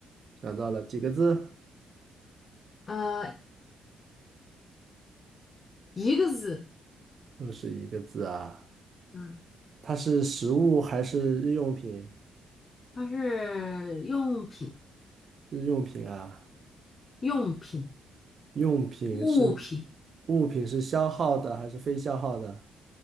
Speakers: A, on the right; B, on the left.
A: 想到了几个字？
B: 呃，一个字，
A: 又是一个字啊，
B: 嗯，
A: 它是食物还是日用品？
B: 它是用品，
A: 日用品啊。
B: 用品，
A: 用品是
B: 物品，
A: 物品是消耗的还是非消耗的？